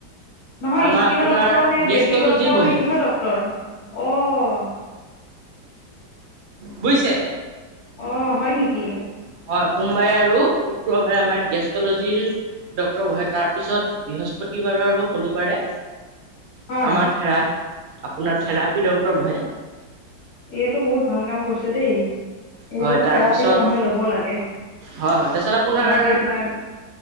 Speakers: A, on the left; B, on the right.
A: নহয়
B: আমাৰ
A: স্কিনৰ
B: আপোনাৰ
A: ডক্টৰ নে,
B: গেষ্ট্ৰলজিৰ
A: বেবী ডক্টৰ
B: বহে
A: নে, কিহৰ ডক্টৰ? অ'
B: বুইছে
A: অ', হয় নেকি?
B: হয় সোমবাৰে আৰু শুক্ৰবাৰে আমাৰ ইয়াত গেষ্ট্ৰলজিৰ, ডক্টৰ বহে তাৰপিছত বৃহস্পতিবাৰ আৰু শনিবাৰে,
A: হয়
B: আমাৰ থেৰা আপোনাৰ থেৰাপি ডক্টৰ বহে।
A: এইটো বহুত ভাল কাম কৰিছ দেই। এই
B: হয়
A: ধৰক
B: তাৰপিছত
A: থেৰাপিটো মানুহে লব লাগে ধৰক
B: হয় হয় তাৰপিছত আপোনাৰ
A: এইবিলাক,